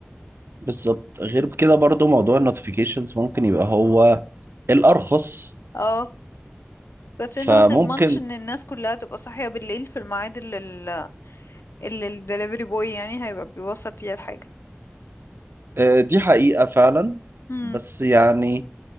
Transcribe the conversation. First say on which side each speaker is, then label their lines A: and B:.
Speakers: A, on the right (about 60°); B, on the left (about 65°).
A: بالظبط غير كده برضو موضوع النوتيفيكيشنز ممكن يبقى هو الأرخص
B: اه بس
A: فممكن
B: انت ما تضمنش ان الناس كلها تبقى صاحية بالليل في الميعاد اللي ال اللي الدليفري بوي يعني هيبقى بيوصل فيها الحاجة
A: آه، دي حقيقة فعلا
B: مم.
A: بس يعني